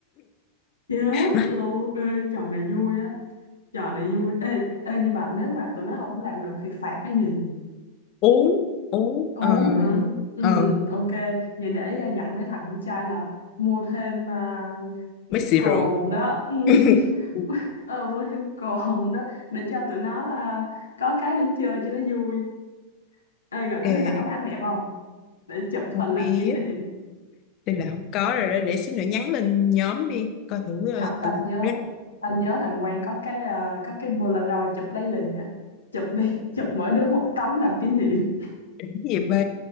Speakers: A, on the left; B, on the left.
A: chết
B: nói,
A: luôn ê trò này vui á trò này vui ê ê nhưng mà nếu mà tụi nó không làm được thì phạt cái gì
B: uống uống
A: uống
B: ờ
A: hả ừ
B: ờ
A: ok vậy để à, dặn mấy thằng con trai là mua thêm à,
B: mấy xì
A: cồn
B: rượu
A: đó ừ.
B: <laughs>
A: <laughs> ờ, mua thêm cồn đó để cho tụi nó à, có cái để chơi cho nó vui ê rồi có
B: ok
A: đứa nào có máy ảnh đẹp không để chụp
B: không
A: hình làm
B: biết
A: kỷ niệm
B: đây là không có rồi đó để xíu nữa nhắn lên nhóm đi coi thử ờ,
A: không ta
B: tụi
A: nhớ
B: đỉnh
A: ta nhớ thằng Quang có cái à, có cái Polaroid chụp lấy liền á chụp đi chụp mỗi đứa một tấm làm kỷ niệm
B: đỉnh gì ba